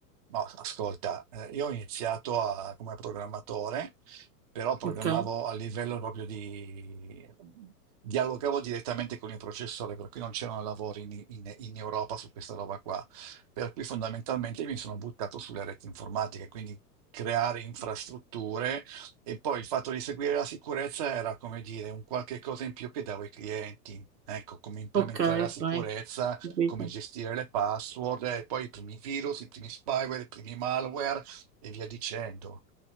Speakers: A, on the right; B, on the right.
A: No, ascolta, eh, io ho iniziato a- come programmatore, però programmavo
B: Ok,
A: a livello proprio di... dialogavo direttamente con il processore, per cui non c'erano lavori in, in- in Europa su questa roba qua. Per cui fondamentalmente mi sono buttato sulle reti informatiche, quindi creare infrastrutture e poi il fatto di seguire la sicurezza era, come dire, un qualche cosa in più che davo ai clienti. Ecco, come implementare
B: ok,
A: la
B: ok.
A: sicurezza
B: Capito.
A: come gestire le password, e poi i primi virus, i primi spyware, i primi malware e via dicendo.